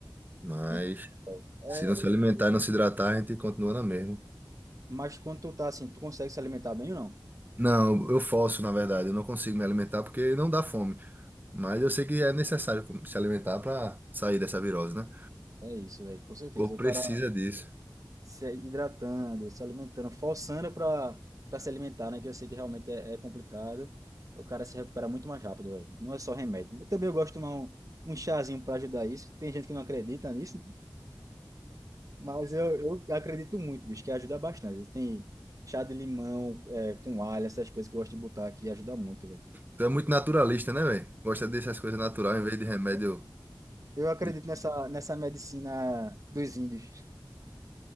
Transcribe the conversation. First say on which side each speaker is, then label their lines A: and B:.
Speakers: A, on the right; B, on the right.
A: Mas
B: E, é,
A: se não se alimentar e não se hidratar, a gente continua na mesma.
B: mas quando tu tá assim, tu consegue se alimentar bem ou não?
A: Não, eu forço, na verdade. Eu não consigo me alimentar porque não dá fome. Mas eu sei que é necessário com- se alimentar pra sair dessa virose, né?
B: É isso, velho, com certeza.
A: O corpo
B: O
A: precisa
B: cara
A: disso.
B: se hidratando, se alimentando, forçando para para se alimentar, né? Que eu sei que realmente é, é complicado. O cara se recupera muito mais rápido, velho. Não é só remédio. Eu também gosto de tomar um, um chazinho para ajudar isso. Tem gente que não acredita nisso, Mas eu, eu acredito muito, bicho, que ajuda bastante. Tem chá de limão, é, com alho, essas coisas que eu gosto de botar aqui, ajuda muito, velho.
A: Tu é muito naturalista, né, velho? Gosta dessas coisas natural em vez de remédio
B: Eu acredito
A: De-
B: nessa, nessa medicina dos índios.